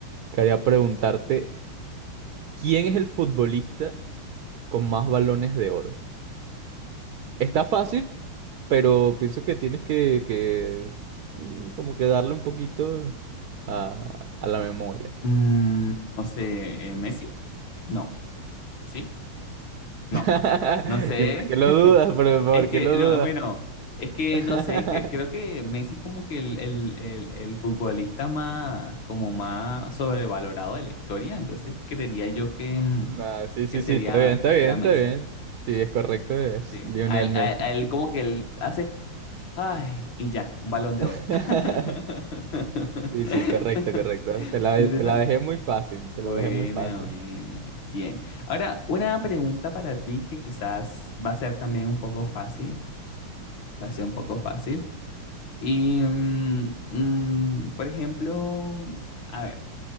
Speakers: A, on the right; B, on the left.
A: Quería preguntarte, ¿quién es el futbolista con más balones de oro? Está fácil, pero pienso que tienes que, que, mm, como que darle un poquito a, a la memoria.
B: Mm, no sé, ¿eh, ¿Messi? No, ¿sí? No,
A: <laughs>
B: no sé.
A: ¿Y por qué lo
B: <laughs>
A: dudas? ¿Por, por
B: Es que,
A: qué lo dudas?
B: no, bueno, es que
A: <laughs>
B: no sé, que creo que Messi es como que el, el, el, el futbolista más, como más sobrevalorado de la historia, entonces creería yo que, mm,
A: Nah, sí, sí,
B: que sería,
A: sí, está bien, está
B: que
A: bien,
B: sería
A: está
B: Messi,
A: bien. Sí, es correcto, es
B: ¿sí?
A: Lionel
B: A él,
A: Messi.
B: a- a él como que él hace, ay, y ya, un balón de
A: <laughs>
B: oro. <laughs>
A: Sí, sí, correcto, correcto. Te la,
B: ¿Sí es esa?
A: te la dejé muy fácil, te
B: Buena,
A: la dejé muy fácil.
B: buena. Bien. Ahora, una pregunta para ti que quizás va a ser también un poco fácil, va a ser un poco fácil. Y, mm, mm, por ejemplo, a ver,